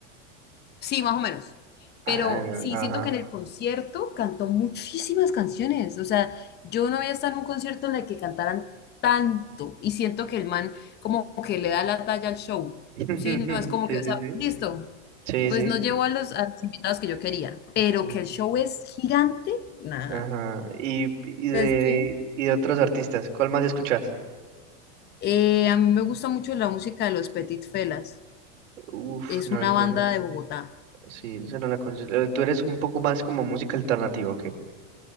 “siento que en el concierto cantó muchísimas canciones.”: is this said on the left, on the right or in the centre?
Left